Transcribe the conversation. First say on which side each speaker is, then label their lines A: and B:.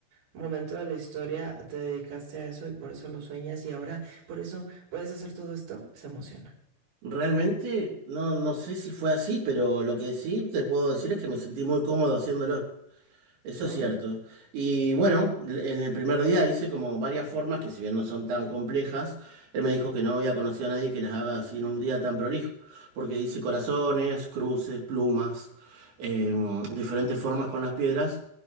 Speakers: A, on the right; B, on the right.
A: momento de la historia te dedicaste a eso y por eso lo sueñas y ahora por eso puedes hacer todo esto, se emociona.
B: Realmente, no, no sé si fue así, pero lo que sí te puedo decir es que me sentí muy cómodo haciéndolo. Eso
A: Oh,
B: es cierto. Y bueno, l- en el primer día hice como varias formas que si bien no son tan complejas, él me dijo que no había conocido a nadie que las haga así en un día tan prolijo, porque hice corazones, cruces, plumas, eh, diferentes formas con las piedras.